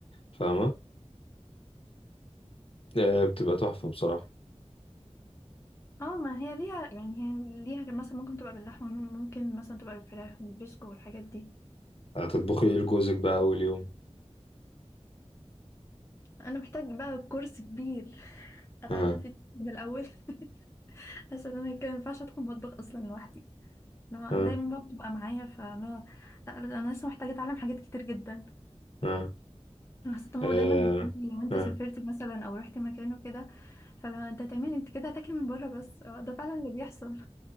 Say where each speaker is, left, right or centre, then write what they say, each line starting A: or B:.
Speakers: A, on the left; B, on the left.
A: فاهمة آه، بتبقى تحفة بصراحة
B: اه ما هي ليها يعني هي ليها مثلا ممكن تبقى باللحمه ممكن مثلا تبقى بالفراخ بالبسكو والحاجات دي
A: هتطبخي ايه لجوزك بقى أول يوم
B: انا محتاج بقى كورس كبير <laughs> اتعلم
A: ها
B: فيه من الاول <laughs> عشان انا كان ما ينفعش ادخل المطبخ اصلا لوحدي لا
A: ها
B: دايما بقى بتبقى معايا فلا لا، انا لسه محتاجه اتعلم حاجات كتير جدا
A: ها
B: حسيت ماما
A: آه،
B: دايما بتقولي لو انت
A: ها
B: سافرت مثلا او رحت مكان وكده فلو انت هتعملي انت كده هتاكلي من بره بس اه، ده فعلا اللي بيحصل